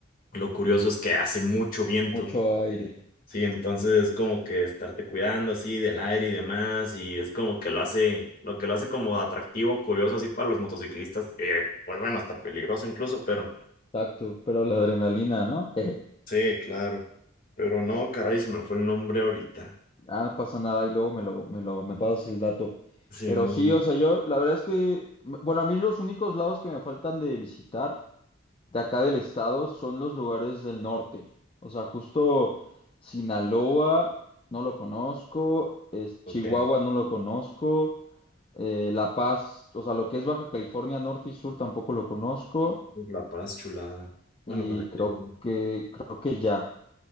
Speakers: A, on the left (about 45°); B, on the left (about 25°).
A: lo curioso es que hace mucho viento.
B: mucho aire,
A: Sí, entonces es como que estarte cuidando así del aire y demás, y es como que lo hace, lo que lo hace como atractivo, curioso así para los motociclistas, eh, pues bueno, hasta peligroso incluso, pero
B: tacto, pero la adrenalina, ¿no? <laughs>
A: sí, claro. Pero no, caray, se me fue el nombre ahorita.
B: Ah, no pasa nada y luego me lo, me lo, me pasas el dato.
A: Simón,
B: Pero sí, o sea, yo, la verdad es que, m- bueno, a mí los únicos lados que me faltan de visitar de acá del estado son los lugares del norte. O sea, justo Sinaloa, no lo conozco, es,
A: ok.
B: Chihuahua, no lo conozco, eh, La Paz, o sea, lo que es Baja California Norte y Sur tampoco lo conozco
A: La Paz, chulada. Bueno,
B: y
A: Baja California.
B: creo que, creo que ya.